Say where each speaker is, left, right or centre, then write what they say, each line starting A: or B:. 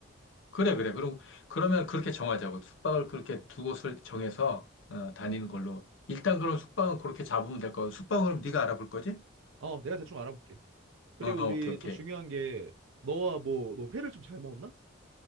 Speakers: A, on the left; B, on the right.
A: 그래, 그래. 그럼, 그러면 그렇게 정하자고. 숙박을 그렇게
B: 어.
A: 두 곳을 정해서 어, 다니는 걸로. 일단 그럼 숙박은 그렇게 잡으면 될 거고. 숙박은 그럼 네가 알아볼 거지?
B: 어 내가 대충 알아볼게. 그리고
A: 어,
B: 우리
A: 오케이, 오케이.
B: 또 중요한 게 너와 뭐 너 회를 좀 잘 먹었나?